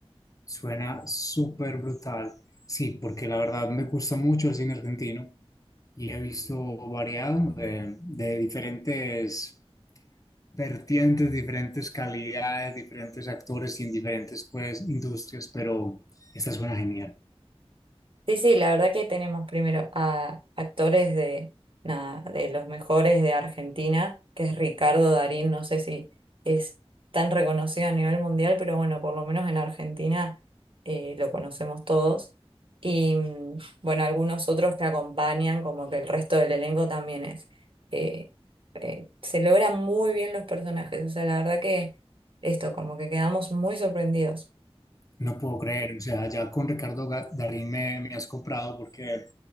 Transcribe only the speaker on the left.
Suena súper brutal. Sí, porque la verdad me gusta mucho el cine argentino y he visto variado de, de diferentes vertientes, diferentes calidades, diferentes actores y en diferentes pues, industrias, pero esta suena genial.
No puedo creer, o sea, ya con Ricardo Ga- Darín me, me has comprado porque